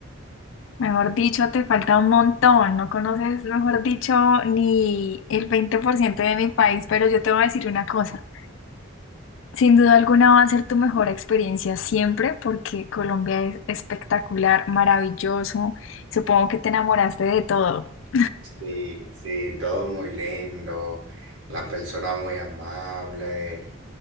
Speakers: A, on the left; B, on the right.
A: Mejor dicho, te falta un montón. No conoces, mejor dicho, ni el 20% de mi país, pero yo te voy a decir una cosa. Sin duda alguna va a ser tu mejor experiencia siempre porque Colombia es espectacular, maravilloso. Supongo que te enamoraste de todo. O
B: Sí, sí, todo muy lindo, la persona muy amable,